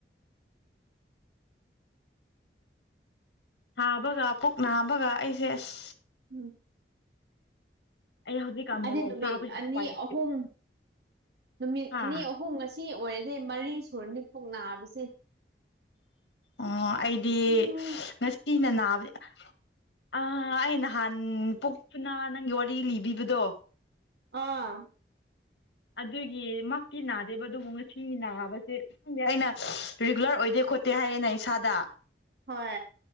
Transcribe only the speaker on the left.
ꯍꯥꯕꯒ ꯄꯨꯛ ꯅꯥꯕꯒ ꯑꯩꯁꯦ ꯑꯁ
ꯑꯩ ꯍꯧꯖꯤꯛꯀꯥꯟ
ꯃꯣꯔꯣꯛ
ꯆꯥꯕꯁꯤ
ꯎꯄꯥꯏ ꯂꯩꯇꯦ
ꯍꯥ
ꯑꯣ ꯑꯩꯗꯤ
ꯉꯁꯤꯅ ꯅꯥꯕꯅꯦ ꯑ ꯑꯩ ꯅꯍꯥꯟ ꯄꯨꯛꯄꯅ ꯅꯪꯒꯤ ꯋꯥꯔꯤ ꯂꯤꯕꯤꯕꯗꯣ
ꯑꯗꯨꯒꯤ ꯃꯛꯇꯤ ꯅꯥꯗꯦꯕ ꯑꯗꯨꯕꯨ ꯉꯁꯤ ꯅꯥꯕꯁꯦ ꯁꯗꯤ ꯑꯩꯅ ꯔꯤꯒꯨꯂꯔ ꯑꯣꯏꯗꯦ ꯈꯣꯠꯇꯦ ꯍꯥꯏꯌꯦꯦ ꯅ ꯑꯩ ꯏꯁꯥꯗ